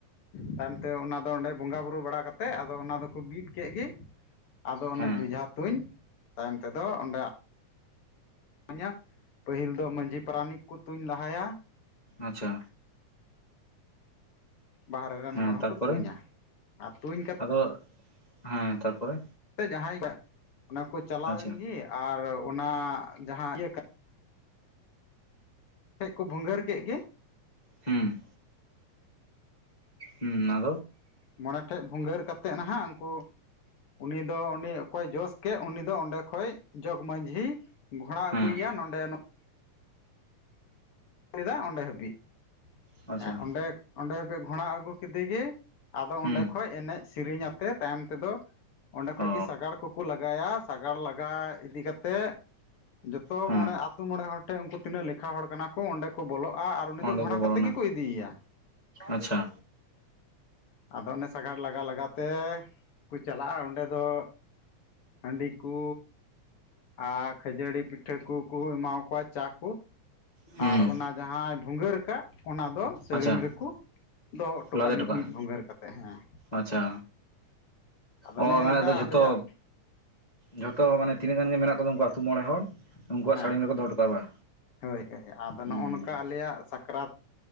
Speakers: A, on the left; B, on the left.
A: ᱛᱟᱭᱚᱢᱛᱮ ᱚᱱᱟᱫᱚ ᱚᱸᱰᱮ ᱵᱚᱸᱜᱟᱼᱵᱩᱨᱩ ᱵᱟᱲᱟ ᱠᱟᱛᱮᱫ ᱟᱫᱚ ᱚᱱᱟ ᱫᱚᱠᱚ ᱵᱤᱫ ᱠᱮᱫ ᱜᱮ ᱟᱫᱚ
B: ᱦᱮᱸ
A: ᱚᱱᱮ ᱵᱚᱡᱷᱟ ᱛᱩᱧ ᱛᱟᱭᱚᱢ ᱛᱮᱫᱚ ᱚᱸᱰᱮ ᱤᱢᱧᱟ ᱯᱟᱹᱦᱤᱞ ᱫᱚ ᱢᱟᱹᱡᱷᱤ ᱯᱟᱨᱟᱱᱤᱠ ᱠᱚ ᱛᱩᱧ ᱞᱟᱦᱟᱭᱟ᱾
B: ᱟᱪᱪᱷᱟ
A: ᱵᱟᱦᱨᱮ ᱨᱮᱱ
B: ᱦᱮᱸ
A: ᱦᱚᱲ
B: ᱛᱟᱨᱯᱚᱨᱮ
A: ᱦᱚᱸᱠᱚ ᱛᱩᱧᱟ ᱟᱨ ᱛᱩᱧ ᱠᱟᱛᱮᱫ
B: ᱟᱫᱚ ᱦᱮᱸ ᱛᱟᱨᱯᱚᱨᱮ
A: ᱥᱮ ᱡᱟᱦᱟᱸᱭ ᱚᱱᱟᱠᱚ ᱪᱟᱞᱟᱣᱮᱱ
B: ᱟᱪᱪᱷᱟ
A: ᱜᱮ ᱟᱨ ᱚᱱᱟ ᱡᱟᱦᱟᱸ ᱤᱭᱟᱹ ᱴᱮᱡ ᱠᱚ ᱵᱷᱩᱜᱟᱹᱨ ᱠᱮᱫ ᱜᱮ
B: ᱦᱩᱸ ᱦᱩᱸ ᱟ
A: ᱢᱚᱬᱮ ᱴᱷᱮᱡ ᱵᱷᱩᱜᱟᱹᱨ ᱠᱟᱛᱮᱫ ᱱᱟᱦᱟᱜ ᱩᱱᱠᱩ ᱩᱱᱤ ᱫᱚ ᱩᱱᱤ ᱚᱠᱚᱭ ᱡᱚᱥ ᱠᱮᱫ ᱩᱱᱤ ᱫᱚ ᱚᱸᱰᱮ ᱠᱷᱚᱡ ᱡᱚᱜᱽ ᱢᱟᱺᱡᱷᱤ ᱜᱷᱚᱲᱟ ᱟᱹᱜᱩᱭᱮᱭᱟ
B: ᱦᱮᱸ
A: ᱱᱚᱰᱮ ᱟ ᱚᱸᱰᱮ ᱦᱟᱹᱵᱤᱡ
B: ᱟᱪᱪᱷᱟ
A: ᱦᱮᱸ ᱚᱸᱰᱮ ᱚᱸᱰᱮ ᱦᱟᱹᱵᱤᱡ ᱜᱷᱚᱲᱟ ᱟᱹᱜᱩ ᱠᱮᱫᱮ ᱜᱮ᱾ ᱟᱫᱚ ᱚᱸᱰᱮ
B: ᱦᱩᱸ
A: ᱠᱷᱚᱡ ᱮᱱᱮᱡ ᱥᱮᱨᱮᱧ ᱟᱛᱮ ᱛᱟᱭᱚᱢ ᱛᱮᱫᱚ ᱚᱸᱰᱮ ᱠᱷᱚᱡ
B: ᱚ
A: ᱜᱮ ᱥᱟᱜᱟᱲ ᱠᱚᱠᱚ ᱞᱟᱜᱟᱭᱟ᱾ ᱥᱟᱜᱟᱲ ᱞᱟᱜᱟ ᱤᱫᱤ ᱠᱟᱛᱮᱫ ᱡᱚᱛᱚ
B: ᱦᱮᱸ
A: ᱢᱚᱬᱮ ᱟᱛᱩ ᱢᱚᱬᱮ ᱦᱚᱲ ᱴᱷᱮᱱ ᱩᱱᱠᱩ ᱛᱤᱱᱟᱹᱜ ᱞᱮᱠᱷᱟ ᱦᱚᱲ ᱠᱟᱱᱟ ᱠᱚ ᱾ ᱠᱚ ᱚᱸᱰᱮ ᱠᱚ ᱵᱚᱞᱚᱜᱼᱟ ᱟᱨ ᱩᱱᱤ ᱫᱚ
B: ᱚᱸᱰᱮ
A: ᱜᱷᱚᱲᱟ
B: ᱠᱚ
A: ᱠᱟᱛᱮᱫ
B: ᱵᱚᱞᱚᱱᱟ
A: ᱜᱮᱠᱚ ᱤᱫᱤᱭᱮᱭᱟ᱾
B: ᱟᱪᱪᱷᱟ
A: ᱟᱫᱚ ᱚᱱᱮ ᱥᱟᱜᱟᱲ ᱞᱟᱜᱟ ᱞᱟᱜᱟ ᱛᱮᱠᱚ ᱪᱟᱞᱟᱜᱼᱟ᱾ ᱚᱸᱰᱮ ᱫᱚ ᱦᱟᱺᱰᱤ ᱠᱚ ᱟᱨ ᱠᱷᱟᱹᱡᱟᱹᱲᱤ ᱯᱤᱴᱷᱟᱹ ᱠᱚᱠᱚ ᱮᱢᱟ ᱠᱚᱣᱟ ᱪᱟ ᱠᱚ
B: ᱦᱩᱸ
A: ᱟᱨ ᱚᱱᱟ ᱡᱟᱦᱟᱸᱭ ᱵᱷᱩᱜᱟᱹᱨ ᱟᱠᱟᱫ᱾ ᱚᱱᱟ ᱫᱚ ᱥᱟᱹᱲᱤᱢ
B: ᱟᱪᱪᱷᱟ
A: ᱨᱮᱠᱚ ᱫᱚᱦᱚ ᱦᱚᱴᱚ
B: ᱞᱟᱫᱮ
A: ᱠᱟᱜ ᱢᱤᱫ-ᱢᱤᱫ
B: ᱠᱟᱜᱼᱟ
A: ᱵᱷᱚᱸᱜᱟᱹᱨ ᱠᱟᱛᱮᱜ ᱦᱮᱸ
B: ᱟᱪᱪᱷᱟ
A: ᱟᱫᱚ
B: ᱚ
A: ᱱᱮᱜᱼᱮ ᱱᱮᱝᱠᱟ
B: ᱟᱫᱚ ᱡᱷᱚᱛᱚ
A: ᱟᱞᱮᱭᱟᱜ
B: ᱡᱷᱚᱛᱚ ᱢᱟᱱᱮ ᱛᱤᱱᱟᱹᱜ ᱜᱟᱱ ᱜᱮ ᱢᱮᱱᱟᱜ ᱠᱚᱫᱚ ᱩᱱᱠᱩ ᱟᱛᱳ ᱢᱚᱬᱮ ᱦᱚᱲ ᱩᱱᱠᱩᱣᱟᱜ
A: ᱦᱮᱸ
B: ᱥᱟᱹᱲᱤᱢ ᱨᱮᱠᱚ ᱫᱚᱦᱚ ᱦᱚᱴᱚ ᱠᱟᱜ ᱟ ᱵᱟ?
A: ᱦᱳᱭ ᱦᱳᱭ ᱟᱫᱚ
B: ᱦᱮᱸ
A: ᱱᱚᱜᱼᱚ ᱱᱚᱝᱠᱟ ᱟᱞᱮᱭᱟᱜ ᱥᱟᱠᱨᱟᱛ